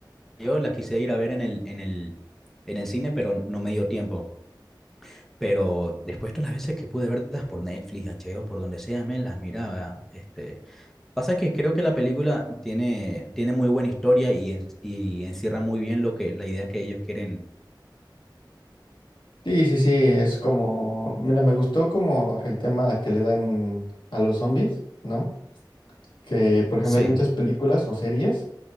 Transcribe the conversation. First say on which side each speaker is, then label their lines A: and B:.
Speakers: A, in the centre; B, on the left.
A: yo la quise ir a ver en el, en el, en el cine, pero no me dio tiempo. Pero después todas las veces que pude verlas por Netflix, HBO, por donde sea, me las miraba. Este, pasa que creo que la película tiene, tiene muy buena historia y, en- y encierra muy bien lo que, la idea que ellos quieren.
B: Sí, sí, sí, es como, mira, me gustó como el tema que le dan a los zombies, ¿no? Que, por ejemplo,
A: Sí,
B: hay muchas películas o series